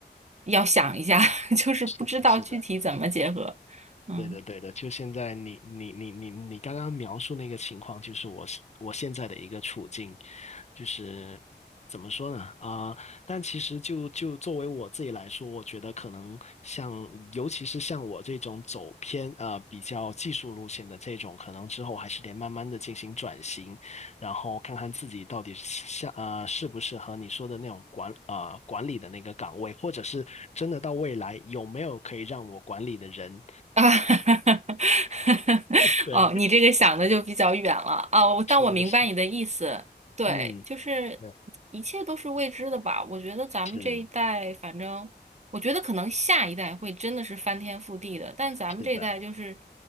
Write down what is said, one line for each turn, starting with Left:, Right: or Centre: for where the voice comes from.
Right: 要想一下，<laughs> 就是不知道具体怎么结合，
Left: 是的，是的。
Right: 嗯。
Left: 对的，对的，就现在你你你你你刚刚描述那个情况，就是我是我现在的一个处境，就是怎么说呢？啊、但其实就就作为我自己来说，我觉得可能像，尤其是像我这种走偏啊比较技术路线的这种，可能之后还是得慢慢的进行转型，然后看看自己到底像呃适不适合你说的那种管啊、呃管理的那个岗位，或者是真的到未来有没有可以让我管理的人。
Right: 啊，<laughs>
Left: 对，
Right: 哦，你这个想的就比较远了啊，我但我明白你的意思，
Left: 是的，是，
Right: 对，
Left: 嗯，
Right: 就是一切都是未知的吧？
Left: 对，
Right: 我觉得咱们这一代，
Left: 是
Right: 反正我觉得可能下一代会真的是翻天覆地的，但咱们这一代就是
Left: 是的，